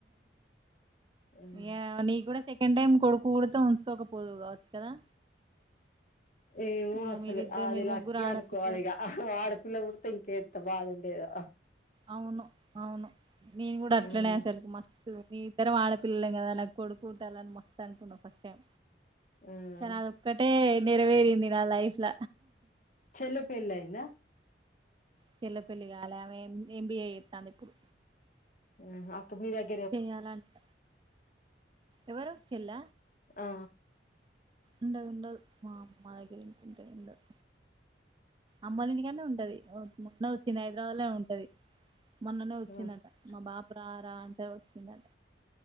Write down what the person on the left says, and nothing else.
మ్మ్
ఏమొ
అసలు
అది
లక్కి
అనుకోవాలి ఇగ ఆడపిల్ల పుడితే ఇంకేంత బాధండేదో
మ్మ్
మ్మ్
చెళ్ళే పెళ్ళి అఇందా
మ్ అత్త మీ దగ్
ఆ
ఆ